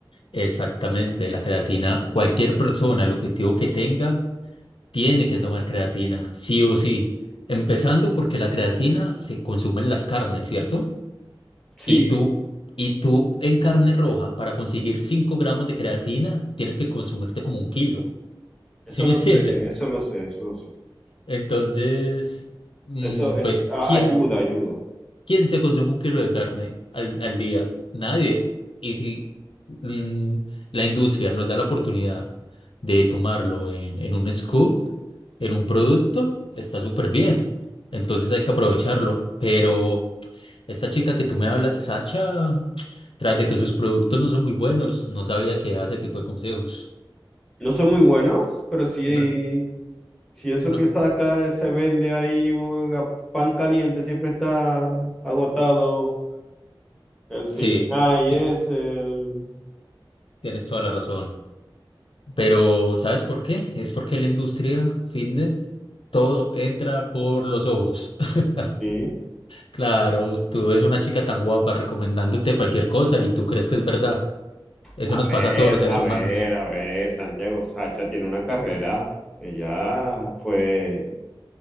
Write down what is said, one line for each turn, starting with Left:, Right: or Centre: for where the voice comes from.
Left: exactamente, la creatina, cualquier persona, el objetivo que tenga, Tiene que tomar creatina, sí o sí. Empezando porque la creatina se consume en las carnes, ¿cierto?
Centre: Sí,
Left: Y tú, y tú en carne roja, para conseguir 5 gramos de creatina, tienes que consumirte como un kilo.
Centre: eso
Left: ¿Sí me
Centre: lo
Left: <laughs> entiendes?
Centre: sé, eso lo sé, eso lo sé.
Left: Entonces, mm,
Centre: Eso es,
Left: pues,
Centre: a-
Left: ¿quién,
Centre: ayuda, ayuda.
Left: ¿Quién se consume un kilo de carne al, al día? Nadie. Y si mm, la industria nos da la oportunidad de tomarlo en, en un scoop, en un producto, está súper bien. Entonces hay que aprovecharlo. Pero esta chica que tú me hablas, Sacha, tras de que sus productos no son muy buenos, no sabía que daba ese tipo de consejos.
Centre: No son muy buenos, pero sí,
Left: No,
Centre: si eso
Left: no,
Centre: que saca eh, se vende ahí uh, a pan caliente, siempre está agotado el
Left: sí,
Centre: fin. Ah, y
Left: ti-
Centre: es el...
Left: tienes toda la razón. Pero ¿sabes por qué? Es porque la industria fitness, todo entra por los ojos. <laughs>
Centre: Sí.
Left: Claro, tú ves una chica tan guapa recomendándote cualquier cosa y tú crees que es verdad. Eso
Centre: A
Left: nos
Centre: ver,
Left: pasa a todos los seres
Centre: a
Left: humanos.
Centre: ver, a ver, Santiago Sacha tiene una carrera. Ella fue